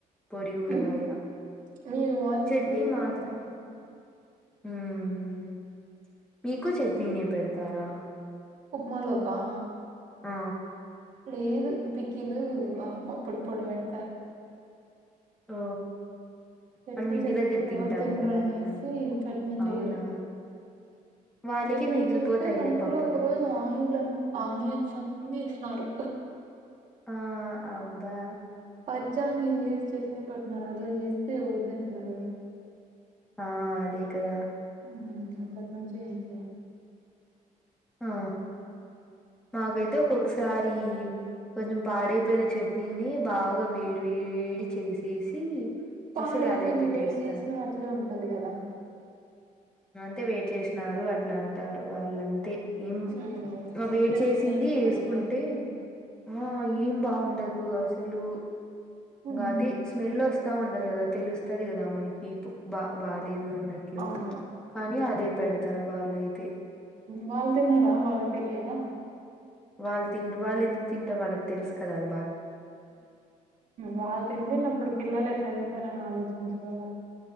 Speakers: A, in the centre; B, on the right.
A: పొడి ఊరగాయ
B: హ్మ్ మీ వాయిస్
A: చట్నీ
B: బ్రేక్
A: మాత్రమే
B: అయితాంది
A: ఉమ్ మీకు చట్నీనే పెడతారా
B: ఉప్మాలోకా
A: ఆ
B: లేదు పికిలు అపుడపుడు పొడి పెడతారు
A: ఓ
B: చట్నీ
A: మనం ఇంటి
B: చేస్తే
A: దగ్గర తింటాం
B: ఎవరు తినరు
A: కదా
B: అనేసి
A: అట్లా
B: చట్నీ చేయరు
A: అవునా వాళ్ళకి
B: చట్నీ
A: మిగిలిపోతాయిలే
B: చేస్తే దాంట్లో
A: పప్పులు
B: ఒక రోజు ఆయిల్ ఆనియన్స్ అన్ని వేసినారు
A: ఆ అబ్బా
B: పచ్చి ఆనియన్లెసీ చట్నీ పెట్నారు అలా చేస్తే ఎవరు తింటారు
A: ఆ అదే కదా
B: ఆ అప్పటినుంచి ఏం చేయట్లే
A: ఆ మాకైతే ఒకొక్కసారి కొంచెం పాడైపోయిన చట్నీని బాగా వేడి వేడి చేసేసి
B: పాడైపోయింది
A: అసలు అదే పెట్టేస్తారు
B: వేడి చేసినా అట్లే ఉంటది కదా
A: అయితే వేడి చేసినారు అట్లా అంటారు వాళ్ళ ఏం
B: ఎవరు
A: వేడి
B: చేసిందని
A: చేసింది
B: మనం
A: వేసుకుంటే
B: ఎట్లా
A: ఆ ఏం బాగుండదు అసలు
B: ఉమ్
A: అది స్మెల్ వస్తు స్తా ఉంటది కదా తెలుస్తది కదా మనకి బా బాలేదు అన్నట్లు
B: అవును
A: కానీ అదే పెడతారు వాళ్ళయితే
B: వాళ్ళు తినరా వాళ్ళకి తెలియదా
A: వాళ్ళు తినరు వాళ్ళు ఎందుకు తింటారు వాళ్ళకి తెలుసు కదా అ
B: వాళ్ళు తినలేనప్పుడు పిల్లలు ఎట్ల తిం టారు అని ఆలోచించరా వాళ్ళు